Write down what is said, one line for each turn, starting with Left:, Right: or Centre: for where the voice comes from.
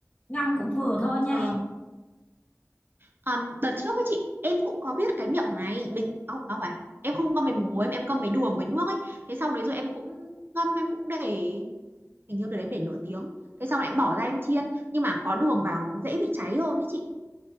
Left: ngâm cũng vừa thôi
Right: vâng
Left: nha em
Right: Ờm, đợt trước ấy chị em cũng có biết cái miệng này bình áo áo phải em không ngâm với muối em em ngâm với đường với nước ấy thế sau đấy rồi em cũng, cũng ngâm em cũng để hình như đợt đấy em để nửa tiếng thế sau lại em bỏ ra em chiên nhưng mà có đường vào nó dễ bị cháy hơn đấy chị